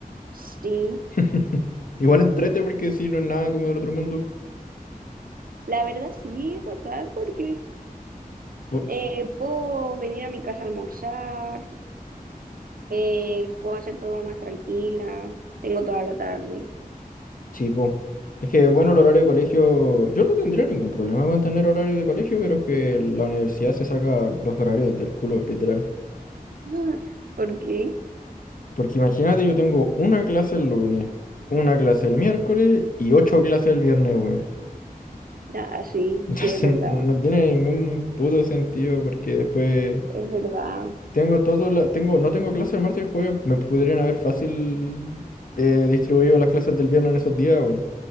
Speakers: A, on the right; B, on the left.
A: Sí,
B: <laughs> Igual entrete porque sí, no es nada como del otro mundo.
A: la verdad sí, es bacán porque
B: Po-
A: eh, puedo venir a mi casa a almorzar, eh, puedo hacer todo más tranquila, tengo toda la tarde.
B: Sí, po. Es que, bueno, el horario de colegio, yo no tendría ningún problema con tener horario de colegio, pero es que la universidad se saca los horarios del culo, literal.
A: <laughs> ¿Por qué?
B: Porque imagínate, yo tengo una clase el lunes, una clase el miércoles y ocho clases el viernes, weón.
A: Ah, sí,
B: Entonces
A: sí, es verdad.
B: no tiene ningún puto sentido porque después
A: Es verdad,
B: tengo todo la, tengo, no tengo clases el martes y jueves, me podrían haber fácil eh, distribuido las clases del viernes en esos días, weón.